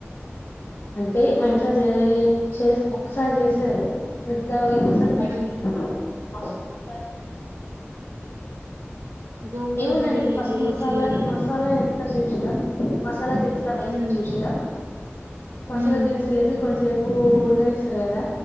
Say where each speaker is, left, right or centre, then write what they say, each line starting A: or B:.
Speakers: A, on the left (about 75°); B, on the right (about 75°).
A: అంటే మా ఇంట్లో చే చే ఒక్కసారి చేసారు స ఇంకోసారి బయట
B: ఉమ్
A: తీన్నామ అ
B: గోంగూర
A: ఏముందండి
B: బిర్యానీ
A: ఇప్పుడు ఫస్ట్
B: ఎట్లా చేసిల్లండి
A: మసాలా మసాలా వేస్తారు చెడం ఫస్ట్ మసాలా దినిసులు అవి యేసుకొని
B: ఉమ్
A: చూసీరా మసాలా
B: ఉమ్
A: దినిసులేసి కొంసేపూ ఉ ఉడకనిస్తారు కదా